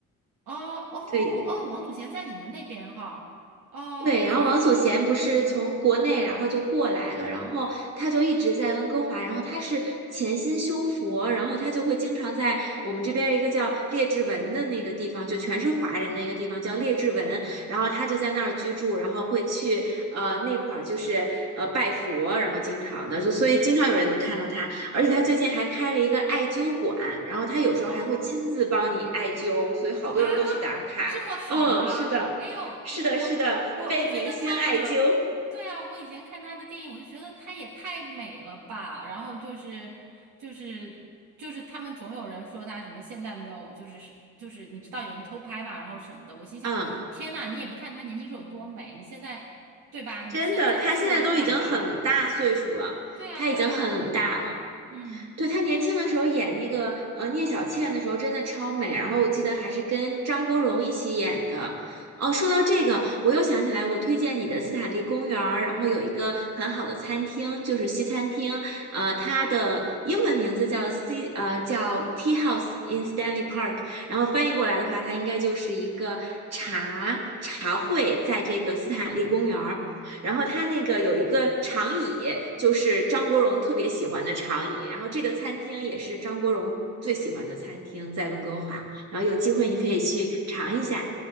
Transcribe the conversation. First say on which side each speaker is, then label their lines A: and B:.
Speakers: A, on the right (about 80°); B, on the right (about 55°).
A: 哦哦哦，
B: 对。
A: 王祖贤在你们那边哈。哦，
B: 对，
A: 对对对，
B: 然后王祖贤不是从国内，
A: 嗯，
B: 然后就过来了，然后他就一直在温哥华，然后他是潜心修佛，然后他就会经常在我们这边儿一个叫列治文的那个地方，就全是华人的一个地方叫列治文，然后他就在那儿居住，然后会去呃那块儿就是呃拜佛，然后经常的就所以经常有人能看到他，而且他最近还开了一个艾灸馆，然后他有时候还会亲自帮你艾灸，
A: 哦。
B: 所以好多人都去打卡。
A: 啊，这么好吗？
B: 嗯，是的。
A: 哎呦，
B: 是的，
A: 我我我我觉得她可，
B: 是的，被明星艾灸。
A: 对啊，我以前看她的电影，我就觉得她也太美了吧。然后就是就是就是他们总有人说她什么现在没有，就是是就是你知道有人偷拍嘛，然后什么的。我心想，
B: 嗯，
A: 天呐，你也不看她年轻时候有多美，你现在对吧？你现在说干嘛？
B: 真的，他现在都已经很大岁数了，
A: 对啊，
B: 他已经很大了。
A: 对啊，嗯，
B: 对，她年轻的时候演那个呃聂小倩的时候真的超美，然后我记得还是跟张国荣一起演的。哦，说到这个，我又想起来，我推荐你的斯坦利公园儿，然后有一个很好的餐厅，就是西餐厅，呃，它的英文名字叫 C，呃，叫 Tea House in Stanley Park，然后翻译过来的话，它应该就是一个茶茶会，在这个斯坦利公园儿。然后它那个有一个长椅，就是张国荣特别喜欢的长椅。然后这个餐厅也是张国荣最喜欢的餐厅，在温哥华。然后有机会你可以去尝一下，